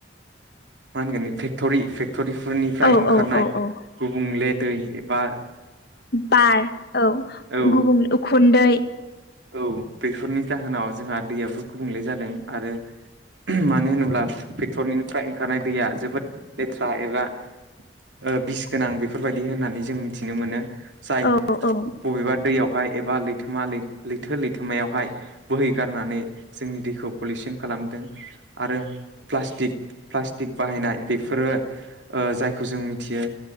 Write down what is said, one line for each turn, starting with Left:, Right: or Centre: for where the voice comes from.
Right: मा होनगोन फेक्ट'रि पेक्टरिफोरनिफ्राय
Left: औ
Right: ओंखारनाय
Left: औ औ औ
Right: गुबुंले। दै बा।
Left: बार औ
Right: औ
Left: गुबुं उखुन्दै
Right: औ बेफोरनि जाहोनाव जोंहा दैयाबो गुबुंले जादों आरो मानो होनोब्ला फेक्ट'रिनिफ्राय ओंखारनाय दैया जोबोद लेथ्रा एबा ओ बिस गोनां बेफोरबायदि होननानै जों मिथि मिथिनो मोनो। जाय
Left: औ औ
Right: बबेबा दैयाव एबा लथा लैथो लैथोमायावहाय बोहै गारनानै जोंनि दैखौ पलिउसन खालामदों। आरो प्लास्टिक टिक बाहायनाय बेफोरो जायखौ जों मिथियो